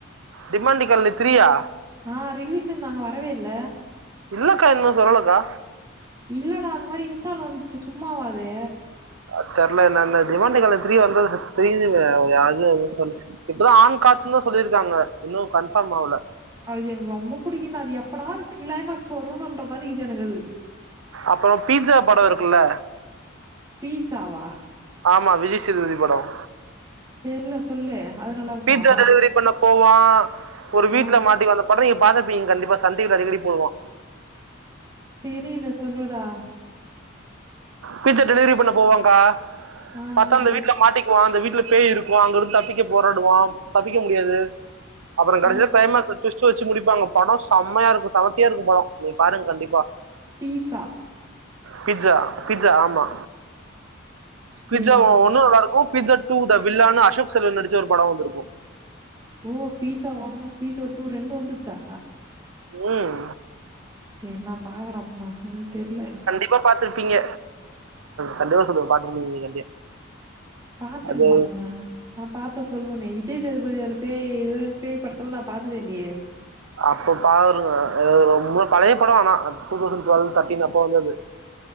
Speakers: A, on the right; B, on the right.
A: டிமாண்டி காலனி த்ரீயா
B: ஆ ரிலீஸ்ஸுன்னாங்க வரவே இல்ல
A: இல்லக்கா இன்னும் சொல்லலக்கா
B: இல்லடா அந்த மாரி இன்ஸ்டால வந்துச்சி சும்மாவா அது
A: அது தெர்ல என்னன்னு டிமாண்டி காலனி த்ரீ வந்தது த்ரீ அது சொல்லி இப்பதான் ஆண் காட்சன்னு சொல்லியிருக்காங்க இன்னும் கன்ஃபார்ம் ஆவுல
B: அது எனக்கு ரொம்ப புடிக்கும்ண்டா அது எப்படா அது கிளைமேக்ஸ் வரும்ணுன்ற மாரி இருக்கிது எனக் அது
A: அப்புறம் பீட்சா படம் இருக்குல்ல
B: பீட்சாவா
A: ஆமா விஜய்சேதுபதி படம்
B: தெர்ல சொல்லு அது நல்லா இருக்குமா
A: பீட்சா <unintelligible> போவான் ஒரு வீட்டுல
B: ஆ
A: மாட்டிக்குவ அந்த படம் நீங்க பாத்துருப்பீங்க கண்டிப்பா சன்டிவில அடிக்கடி போடுவான்
B: தெரில சொல்லுடா
A: பிட்சா டெலிவரி பண்ண போவாங்கா
B: ஆ
A: பாத்தா
B: ஆ
A: அந்த
B: ஆ.
A: வீட்ல மாட்டி க்குவா அந்த வீட்ல பேய் இருக்கும் அங்க இருந்து தப்பிக்க போராடுவா தப்பிக்க முடியாது அப்புறம் கடைசியா
B: ஓ
A: கிளைமேக்ஸ்ல ட்விஸ்ட் வச்சி முடிப்பாங்க படம் செம்மையா இருக்கும் செமத்தியா இருக்கும் படம் நீங்க பாருங்க கண்டிப்பா
B: பீட்சா
A: பிட்சா பிட்சா ஆமா
B: சரி
A: பிட்சா
B: நான் பா
A: ஒன்னும் நல்லா இருக்கும் பிட்சா டூ த வில்லன்னா அசோக் செல்வன் நடிச்ச ஒரு படம் வந்துருக்கும்
B: ஓ பீட்சா ஒன்னு பீட்சா டூ ரெண்டும் வந்துதா
A: உம்
B: சேரி நா பாக்குறேன் அப்னா எனக்கு தெரில
A: இப்ப பாத்துருப்பீங்க கண்டிப்பா சொல்லுவேன் பாத்துருப்பீங்க நீங்க கண்டிப்பா
B: பாத்துருக்க
A: அது
B: மாட்டல நா பாத்தா சொல்லுவனே விஜய் சேதுபதி பேய் பேய் படத்துல நா பாத்ததே இல்லையே
A: அப்ப பாருங்க அது ரொம்ப பழைய படம் ஆனா டூ தௌசண்ட் டுவெல் தேர்ட்டின் அப்ப வந்தது